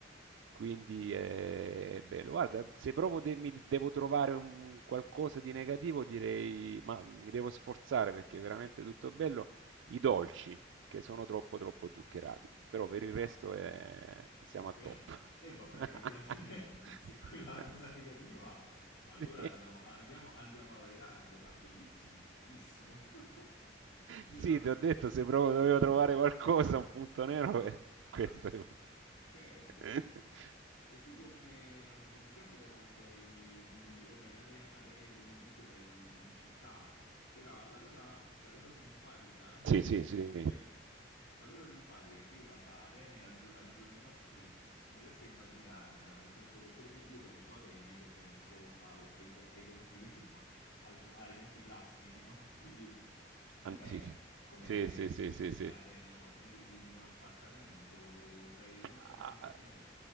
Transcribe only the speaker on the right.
Quindi è, è bello. Guarda, se proprio de- mi devo trovare un qualcosa di negativo, direi, ma mi devo sforzare perché è veramente tutto bello, i dolci che sono troppo troppo zuccherati, però per il
resto è-
siamo
a top.
<laughs>
Sì.
Sì,
ti ho detto se proprio dovevo trovare qualcosa, un punto nero, eh, questo
è...
<laughs>
Sì, sì,
sì,
antichi.
Sì,
sì, sì, sì,
sì.
Ah,
ah,